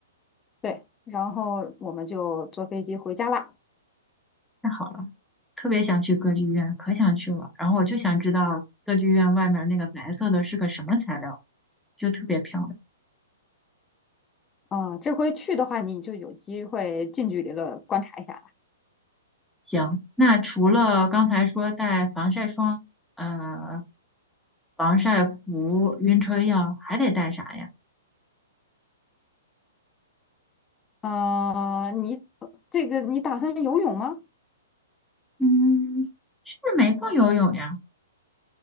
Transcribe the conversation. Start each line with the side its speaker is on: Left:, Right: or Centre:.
Left: 对，然后我们就坐飞机回家啦。
Centre: 太好了，特别想去歌剧院，可想去了。然后我就想知道歌剧院外面那个白色的是个什么材料，就特别漂亮。
Left: 啊、这回去的话，你就有机会近距离的观察一下了。
Centre: 行，那除了刚才说带防晒霜，呃，防晒服、晕车药，还得带啥呀？
Left: 呃，你这个你打算游泳吗？
Centre: 嗯，是不是没空游泳呀？